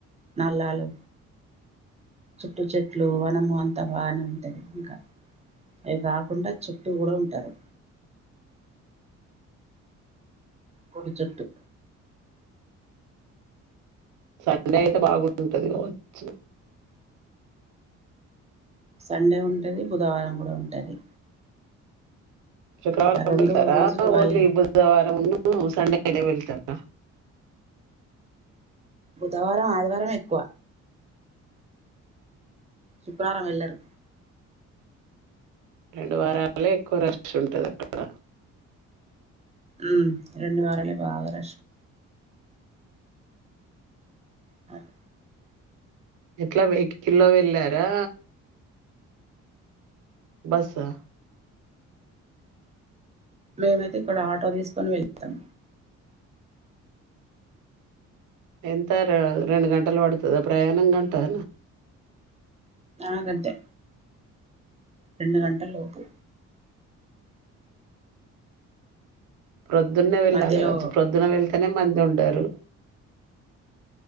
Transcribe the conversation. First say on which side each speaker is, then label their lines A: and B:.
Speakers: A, on the right; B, on the right.
A: నల్లాలు చుట్టూ చెట్లు వనము అంతా బానే ఉంటది ఇంకా అవి కాకుండా చుట్టూ కూడా ఉంటారు గుడి చుట్టూ
B: సండే అయితే బాగుంటది కావచ్చు
A: సండే ఉంటుంది బుధవారం కూడా ఉంటది
B: శుక్రవారం
A: ఆ రెండు
B: వెళ్తారా
A: రోజులు వాళ్ళే
B: ఓన్లీ బుధవారంమున్ను సండేనే వెళ్తారా
A: బుధవారం ఆదివారంమే ఎక్కువ శుక్రవారం వెళ్ళరు
B: రెండు వారాలే ఎక్కువ రష్ ఉంటుంది అక్కడ
A: ఉహ్మ్ రెండు వారాలే బాగా రష్ హ్మ్
B: ఎట్లా వెహికిల్ల్లో వెళ్ళారా బస్సా
A: మేమైతే ఇక్కడ ఆటో తీసుకొని వెళ్తాం
B: ఎంత రె రెండు గంటలు పడుతదా ప్రయాణం గంటా
A: ఆగంతే రెండు గంటల్లోపు
B: ప్రొద్దున్నే వెళ్ళాలి
A: మధ్యలో
B: కావోచ్చ ప్రొద్దున్న వెళ్తే నే మంది ఉండరు